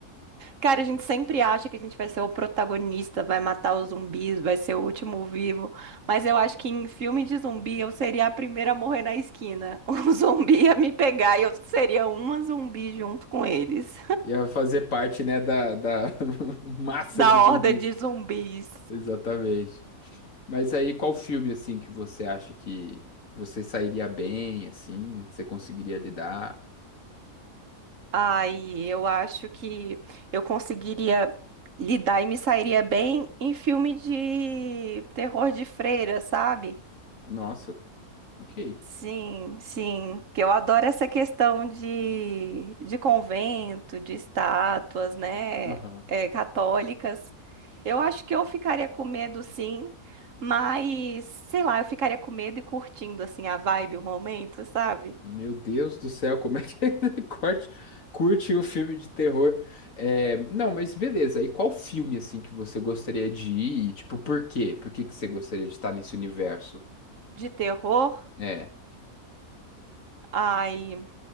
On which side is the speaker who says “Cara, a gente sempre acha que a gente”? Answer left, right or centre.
Right